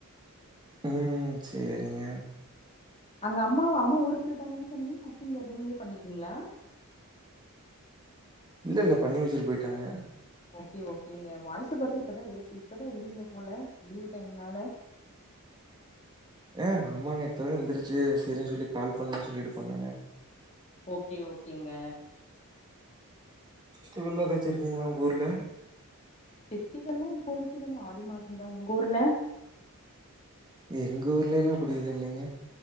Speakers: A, on the right; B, on the left.
A: ம் செரிங்க
B: அங்க அம்மாவோ அம்மா ஊருக்கு போயிட்டாங்கன் சொன்னீங்க குக்கிங் யாரு நீங்களே பண்ணிட்டீங்ளா
A: இல்ல இல்ல பண்ணி வெச்சுட்டு போயிட்டாங்க
B: ஓகே ஓகேங்க வாய்ஸு போட்டு இப்பதா லேட் இப்பதா எழுந்தீங்க போல லீவு டைமுனால
A: ஏ ஆமாங்க இப்பதா எந்திரிச்சு செரின்னு சொல்லி கால் பண்ணலான்னு சொல்லிட்டு பண்ணேங்க
B: ஓகே ஓகேங்க
A: ஃபெஸ்டிவெல்லா ஏதாச்சு இருக்குங்களா உங்க ஊர்ல
B: ஃபெஸ்டிவெல்லா இப்போதிக்கு இல்லங்க ஆடி மாசோ தா உங்க ஊர்ல
A: எங்க ஊர்லலா அப்டி எதோ இல்லைங்க